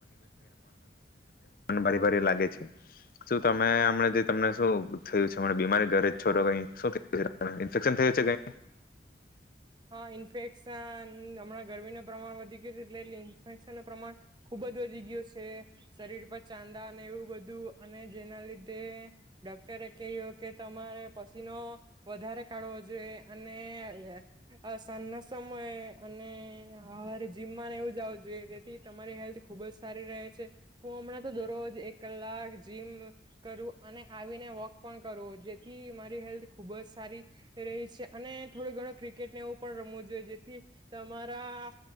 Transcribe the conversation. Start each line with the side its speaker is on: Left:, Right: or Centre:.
Left: ભારી ભારી લાગે. ગે છે. મે અમને જે તમને શું થયું છે બીમારી ઘરે છો ક શ થયું ફશન થયું છે કય
Right: હા ઇન્ફેક્શન હમણાં ગરમી ન પ્રમાણ વધી ગય છે એટલે ઇન્ફેક્શન ન પ્રમાણ ખુબ જ વધી ગું છે શરીર પર ચાંદા અને એવું બધું અને જેના લીધે ડોક્ટરે કહ્યું કે તમારે પસીનો વધારે કાઢવો જોઈએ અને અ સાંજ ના સમય અને હાર જીમમાં એવું જાવ જોઈએ જેથી તમારી હેલ્થ ખુબ જ સારી રહે છે હું હમણાં તો દરરોજ એક કલાક જીમ કરું અને આવીને વોક પણ કરું જેથી મારી હેલ્થ ખુબ જ સારી રહી છે અને થોડો ઘણો ક્રી કેટ એવું પણ રમવું જોઈએ જેથી તમારા